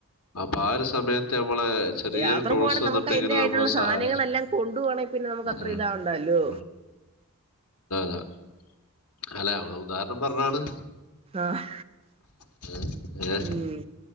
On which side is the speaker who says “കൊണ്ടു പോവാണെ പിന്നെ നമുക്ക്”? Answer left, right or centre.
Right